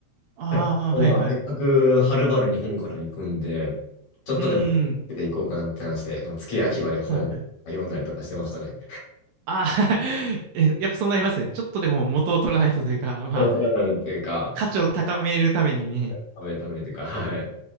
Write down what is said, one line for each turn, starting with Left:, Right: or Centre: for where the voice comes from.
Right: ああ、
Left: ただまあ、
Right: はいはい。
Left: せっかくはるばる日本から行くんで、
Right: う
Left: ちょっとでも行こうかなって話で、
Right: ーん。
Left: まあ、月秋まで本読んだりとかしてましたね。
Right: はい。ああ <laughs> え、やっぱそうなりますね。ちょっとでも元を取らないとというか、まあ、
Left: おらないよっていうか、
Right: 価値を高めるためにね。
Left: 食べるためというか、はい。